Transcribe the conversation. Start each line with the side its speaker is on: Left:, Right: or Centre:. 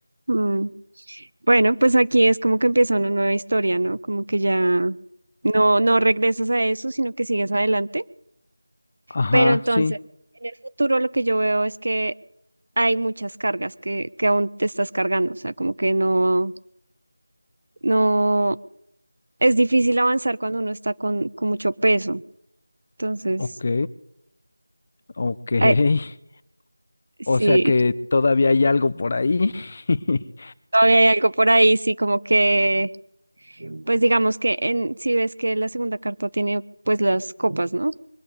Right: Mm. Bueno, pues aquí es como que empieza una nueva historia, ¿no? Como que ya no, no regresas a eso, sino que sigues adelante.
Left: Ajá,
Right: Pero entonces,
Left: sí,
Right: en el futuro lo que yo veo es que hay muchas cargas que, que aún te estás cargando, o sea, como que no, No, es difícil avanzar cuando uno está con, con mucho peso. Entonces,
Left: ok, ok. <laughs>
Right: eh, sí,
Left: O sea que todavía hay algo por ahí. <laughs>
Right: todavía hay algo por ahí, sí, como que, pues digamos que en, si ves que la segunda carta tiene pues las copas, ¿no?